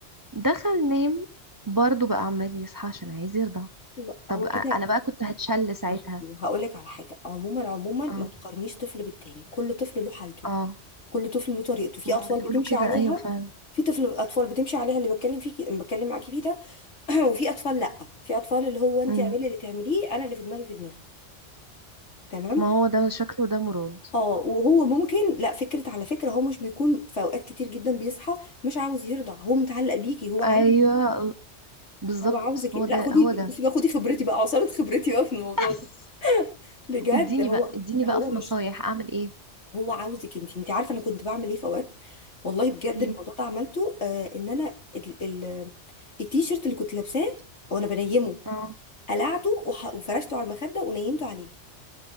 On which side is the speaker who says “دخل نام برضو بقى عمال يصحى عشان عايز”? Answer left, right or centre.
Right